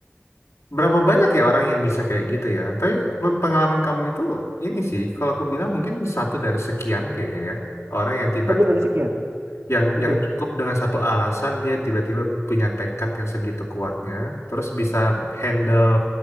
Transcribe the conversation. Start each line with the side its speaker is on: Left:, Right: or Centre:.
Left: Berapa banyak ya orang yang bisa kayak gitu ya? Tapi pe- pengalaman kamu itu ini sih, kalau aku bilang mungkin satu dari sekian kayaknya ya. Orang yang tiba-tiba
Right: Satu dari sekian.
Left: yang
Right: Betul.
Left: yang cukup dengan satu alasan dia tiba-tiba punya tekad yang segitu kuatnya, terus bisa handle